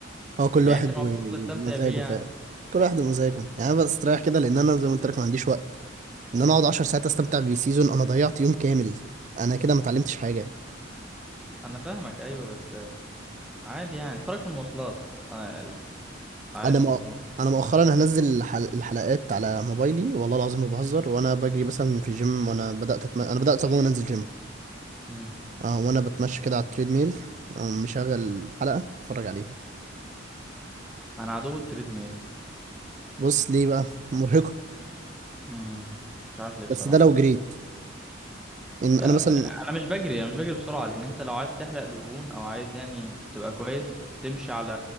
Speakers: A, on the right; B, in the centre.
A: هو كل
B: يعني
A: واحد
B: انت المفروض
A: ومزاجه
B: تستمتع بيه يعني
A: فعلا كل واحد ومزاجه يعني انا بستريح كده لان انا زي ما قلت لك ما عنديش وقت ان انا اقعد 10 ساعات استمتع بسيزون انا ضيعت يوم كامل انا كده ما اتعلمتش حاجه
B: انا فاهمك ايوه بس عادي يعني اتفرج في المواصلات آه، عادي
A: انا مؤ...
B: برضه
A: انا مؤخرا هنزل الحل... الحلقات على موبايلي والله العظيم ما بهزر وانا بجري مثلا في الجيم وانا بدات أتم... انا بدات عموما انزل جيم
B: أمم.
A: اه وانا بتمشى كده على التريد ميل أقوم مشغل حلقه اتفرج عليها
B: انا عدو التريد
A: بص ليه بقى مرهقه
B: امم مش عارف ليه بصراحة
A: بس ده لو جريت ان
B: يا
A: انا مثلا
B: انا مش بجري انا مش بجري بسرعة لان انت لو عايز تحرق دهون او عايز يعني تبقى كويس تمشي على